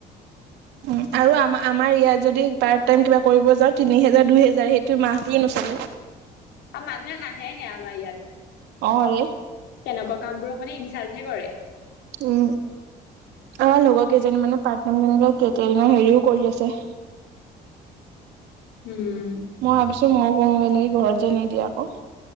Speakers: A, on the right; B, on the left.
A: উ আৰু আমা আমাৰ ইয়াত যদি পাৰ্ট টাইম কিব কৰিব যাওঁ, তিনি হেজাৰ, দুই হেজাৰ। সেইটোৰে মাহটোৱে নচলে।
B: আৰু মানুহে হাহেহে আমাৰ ইয়াত।
A: অ ৰে
B: তেনেকুৱা কামবোৰক মানে ইনচাল্টহে কৰে। <inaudible>
A: উম আমাৰ লগৰ কেইজনী মানে পাৰ্ট <unintelligible> কেটেৰিঙৰ হেৰিও কৰি আছে।
B: <inaudible> উম
A: মই ভাবিছো ময়ো কৰোকে নেকি? ঘৰত যে নিদিয়ে আকৌ।